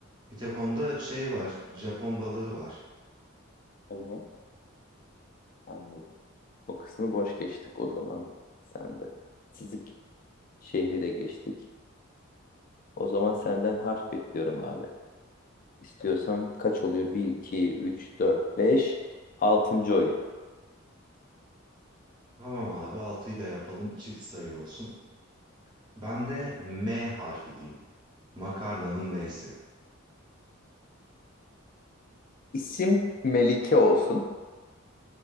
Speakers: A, on the right; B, on the left.
A: Bir tek onda şey var Japon balığı var.
B: Onu anladım. O kısmı boş geçtik o zaman sende. Sizik şehri de geçtik. O zaman senden harf bekliyorum abi. istiyorsam kaç oluyor? Bir, iki, üç, dört, beş 6. oyun.
A: Tamam abi altıyı da yapalım çift sayı olsun. Ben de M harfi diyeyim. Makarnanın M'si.
B: İsim Melike olsun.